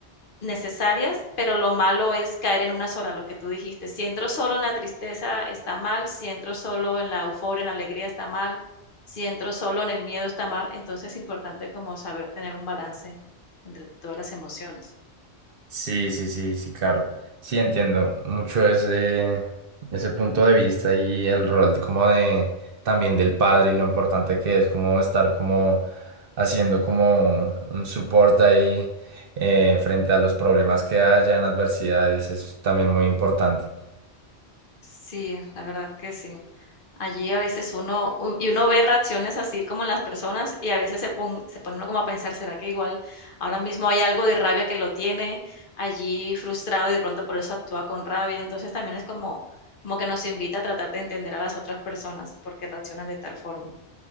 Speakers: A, on the left; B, on the right.
A: necesarias, pero lo malo es caer en una sola, lo que tú dijiste. Si entro solo en la tristeza está mal, si entro solo en la euforia, en la alegría está mal, si entro solo en el miedo está mal. Entonces es importante como saber tener un balance entre todas las emociones.
B: Sí, sí, sí, sí, claro. Sí, entiendo mucho ese, ese punto de vista y el rol de- como de también del padre y lo importante que es como estar como haciendo como un support ahí eh, frente a los problemas que hayan, adversidades, es también muy importante.
A: Sí, la verdad que sí. Allí a veces uno, u- y uno ve reacciones así como en las personas y a veces se, pon- se pone uno como a pensar, ¿será que igual ahora mismo hay algo de rabia que lo tiene allí frustrado y de pronto por eso actúa con rabia? Entonces también es como, como que nos invita a tratar de entender a las otras personas porque reaccionan de tal forma.